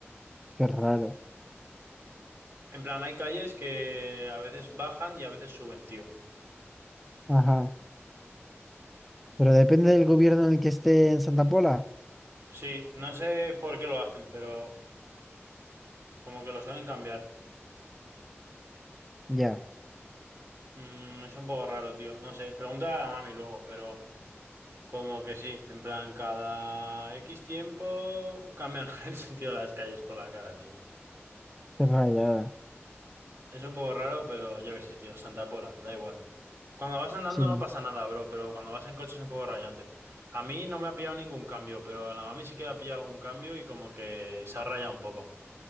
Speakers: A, in the centre; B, on the right.
A: Qué raro.
B: En plan, hay calles que a veces bajan y a veces suben, tío.
A: Ajá. Pero depende del gobierno en el que esté en Santa Pola.
B: Sí, no sé por qué lo hacen, pero como que lo suelen cambiar.
A: Ya,
B: Mm, es un poco raro, tío. No sé, pregúntale a la mami luego, pero... Como que sí, en plan, cada X tiempo cambian <laughs> el sentido de las calles por la cara, tío.
A: qué rayada.
B: Es un poco raro, pero yo qué sé, tío, Santa Pola, da igual. Cuando vas andando
A: Sí,
B: no pasa nada, bro, pero cuando vas en coche es un poco rayante. A mí no me ha pillado ningún cambio, pero a la mami sí que le ha pillado algún cambio y como que se ha rayado un poco.